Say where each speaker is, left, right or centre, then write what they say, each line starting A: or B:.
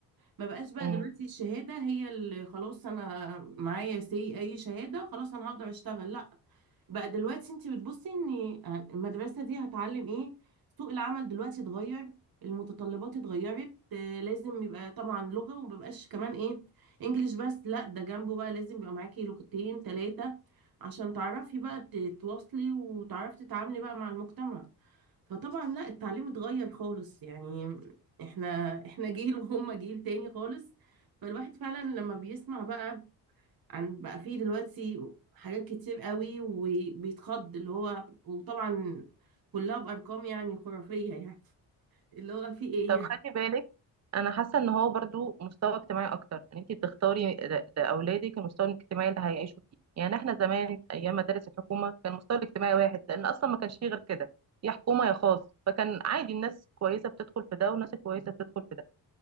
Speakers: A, on the right; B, on the right.
A: ما بقاش بقى
B: مم.
A: دلوقتي الشهادة هي اللي خلاص انا معايا سي اي شهادة خلاص انا هقدر اشتغل لا بقى دلوقتي انت بتبصي ان يعني المدرسة دي هتعلم ايه سوق العمل دلوقتي اتغير المتطلبات اتغيرت آه، لازم يبقى طبعا لغة ومبقاش كمان ايه انجليش بس لا ده جنبه بقى لازم يبقى معاكي لغتين ثلاثة عشان تعرفي بقى تتواصلي وتعرفي تتعاملي بقى مع المجتمع فطبعا لا التعليم اتغير خالص يعني احنا احنا جيل وهم جيل تاني خالص فالواحد فعلا لما بيسمع بقى عن بقى فيه دلوقتي حاجات كتير قوي وبيتخض اللي هو وطبعا كلها بأرقام يعني خرافية يعني اللي هو فيه ايه
B: طب خلي بالك انا حاسه ان هو برضو مستوى اجتماعي اكتر ان انت بتختاري لاولادك المستوى الاجتماعي اللي هيعيشوا فيه يعني احنا زمان ايام مدارس الحكومه كان المستوى الاجتماعي واحد لان اصلا ما كانش فيه غير كده يا حكومه يا خاص فكان عادي الناس كويسه بتدخل في ده والناس الكويسه بتدخل في ده